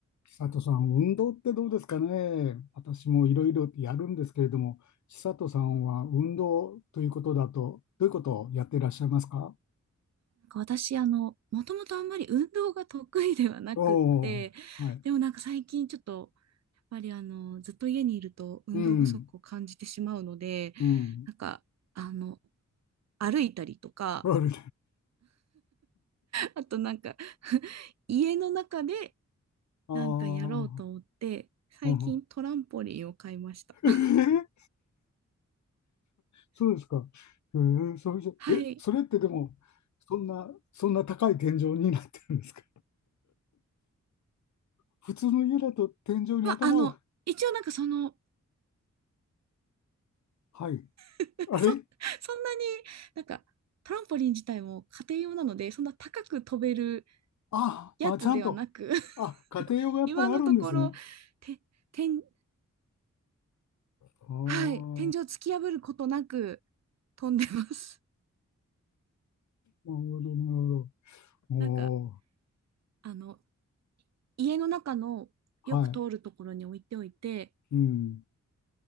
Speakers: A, on the left; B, on the right.
A: 千里さん、運動ってどうですかね。私もいろいろやるんですけれども、千里さんは運動ということだと、どういうことをやっていらっしゃいますか
B: なんか私、あの、もともとあんまり運動が得意ではなくって、
A: おおー、はい。
B: でもなんか最近ちょっと、やっぱりあの、ずっと家にいると運動不足を感じてしまうので、
A: うん、うん。
B: なんか、あの、歩いたりとか、
A: あれ
B: あとなんか <laughs> 家の中で
A: あー、
B: なんかやろうと思って、最近トランポリンを買いました。
A: うん。えー
B: <laughs>
A: そうですか。えー、それじゃ、
B: はい。
A: え、それってでも、そんな、そんな高い天井になってるんですか普通の家だと天井に頭を、
B: まあ、あの、一応なんかその、
A: はい。
B: <laughs> なんかそ、
A: あれ
B: そんなになんか、トランポリン自体も家庭用なので、そんな高く飛べる
A: あ、
B: やつではなく
A: あ、ちゃんと、
B: <laughs>
A: あ、家庭用がやっぱりあるんですね。
B: 今のところて天
A: ああ、
B: はい天井突き破ることなく飛んでます
A: なるほど、なるほ
B: <laughs>
A: ど。お
B: なんかあの家の中のよく通るところに置いておいて
A: おはい。うん。